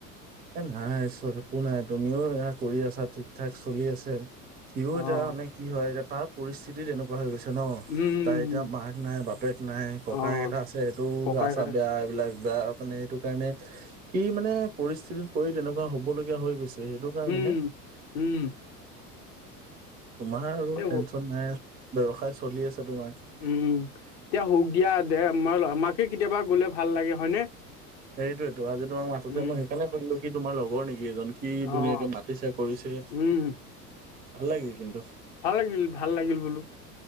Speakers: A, on the right; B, on the left.
A: এ নাই চব একো নাই তুমিও এয়া কৰি আছা ঠিক ঠাক চলি আছে। সিও
B: অ
A: এতিয়া মানে কি হয় এতিয়া তাৰ পৰিস্থিতি তিতি তেনেকুৱা হৈ গৈছে ন
B: উম
A: তাই এতিয়া মাক নাই বাপেক নাই। ককাই
B: অ
A: এটা আছে সেইটোও
B: ককাইকতে
A: গা চা বেয়া। এইবিলাক বেয়া মানে সেইটো কাৰণে কি মানে পৰিস্থিতিত পৰি তেনেকুৱা হবলগীয়া হৈ গৈছে সেইটো কাৰণে
B: উম
A: হে
B: উম
A: তোমাৰ আৰু
B: এ
A: টেনচন নাই ব্যৱসায় চলি আছে তোমাৰ।
B: উম এতিয়া হুক দিয়া দে আ মাকে কেতিয়াবা গ'লে ভাল লাগে হয়নে?
A: সেইটোয়েতো আজি তোমাৰ মাতোতে
B: উম
A: মই সেইকাৰণে সুধিলো কি তোমাৰ লগৰ নেকি এজন কি
B: অ
A: ধুনীয়াকে মাতিছে কৰিছে।
B: উম।
A: ভাল লাগিল কিন্তু।
B: ভাল লাগিল ভাল লাগিল বোলো।